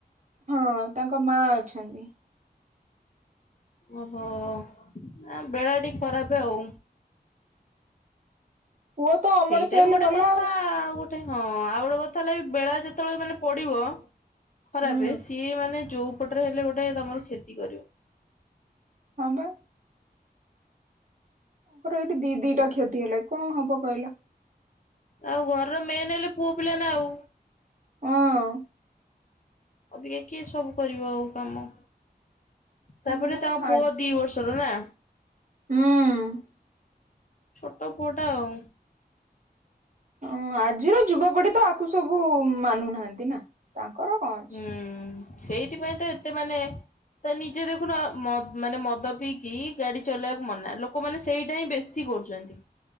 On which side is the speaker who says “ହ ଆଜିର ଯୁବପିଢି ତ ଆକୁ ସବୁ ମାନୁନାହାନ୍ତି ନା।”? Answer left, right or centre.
Right